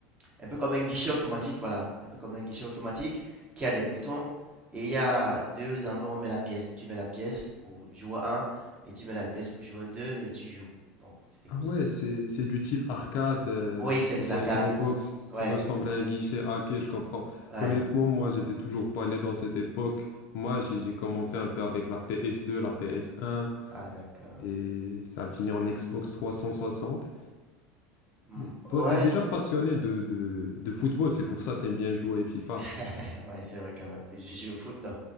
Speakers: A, on the right; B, on the left.
A: un peu comme un guichet automatique, voilà, un peu comme un guichet automatique qui a des boutons, et il y a deux endroits où on met la pièce, tu mets la pièce pour jouer un et tu mets la pièce pour jouer 2 et tu joues, donc c'était comme
B: Ah
A: ça.
B: ouais, c'est c'est du type arcade, euh,
A: Oui, c'est des
B: ou c'est
A: arcades.
B: un gros box, ça
A: Ouais,
B: ressemble
A: c'est-
B: à un guichet. Ah ok, je comprends.
A: ouais.
B: Honnêtement, moi, j'étais toujours pas né dans cette époque. Moi, j'ai j'ai commencé un peu avec la PS2, la PS1,
A: Ah, d'accord.
B: et ça a fini en Xbox 360.
A: Hmm,
B: Mais toi,
A: Ouais,
B: t'es déjà passionné de, de, de football, c'est pour ça que t'aimes bien jouer à FIFA.
A: <laughs> ouais, c'est vrai quand même que je joue au foot donc,